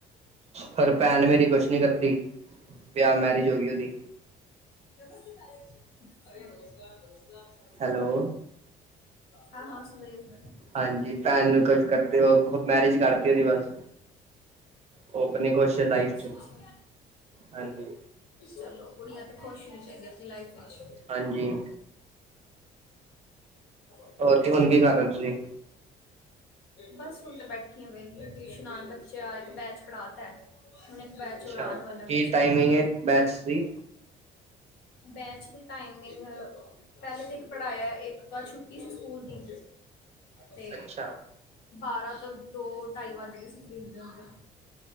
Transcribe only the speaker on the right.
ਪਰ ਪੈਣ ਮੇਰੀ ਕੁਛ ਨੀ ਕਰਦੀ। ਵਿਆਹ ਮੈਰਿਜ ਹੋ ਗੀ ਉਹਦੀ
ਹੈਲੋ
ਹਾਂਜੀ ਪੈਣ ਨੂੰ ਕੁਛ ਕਰਦੇ ਉਹ, ਮੈਰਿਜ ਕਰਤੀ ਉਹਦੀ ਬਸ। ਉਹ ਆਪਨੀ ਖੁਸ਼ ਏ ਲਾਈਫ
ਚ,
ਹਾਂਜੀ।
ਹਾਂਜੀ
ਹੋਰ ਜੀ ਹੁਣ ਕੀ ਕਰ ਰੇ ਓ ਤੁਸੀਂ?
ਅੱਛਾ
ਕੀ
ਟਾਈਮਿੰਗ
ਹੈ ਬੈਚ ਦੀ
ਅੱਛਾ